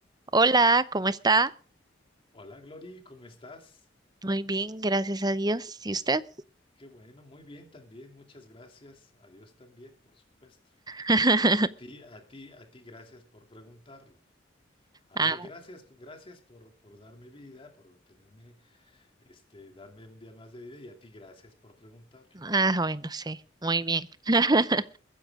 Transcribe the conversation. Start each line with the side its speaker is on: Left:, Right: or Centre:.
Right: Hola, ¿cómo está?
Left: Hola Glory, ¿cómo estás?
Right: Muy bien, gracias a Dios. ¿Y usted?
Left: Qué bueno, muy bien también, muchas gracias. A Dios también, por supuesto.
Right: <laughs>
Left: A ti, a ti, a ti, gracias por preguntarlo. A
Right: Ah,
Left: él, gracias, gracias por, por darme vida, por tenerme, este, darme un día más de vida y a ti, gracias por preguntarlo.
Right: ah, bueno, sí, muy bien. <laughs>